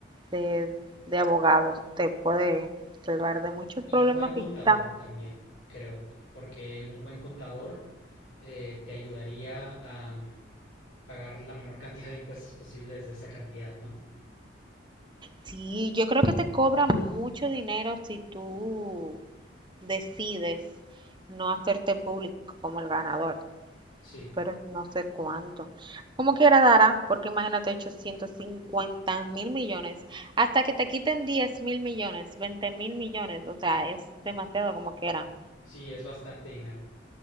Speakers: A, on the right; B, on the left.
A: de, de abogados te puede salvar de muchos
B: Y
A: problemas
B: un buen contador
A: y tam-
B: también, creo, porque un buen contador eh, te ayudaría a um, pagar la menor cantidad de impuestos posibles de esa cantidad, ¿no?
A: Sí, yo creo que te cobran mucho dinero si tú decides no hacerte público como el ganador,
B: Sí,
A: pero no sé cuánto. Como quiera dará, porque imagínate 850 mil millones, hasta que te quiten diez mil millones, veinte mil millones, o sea, es demasiado como quiera.
B: sí, es bastante dinero.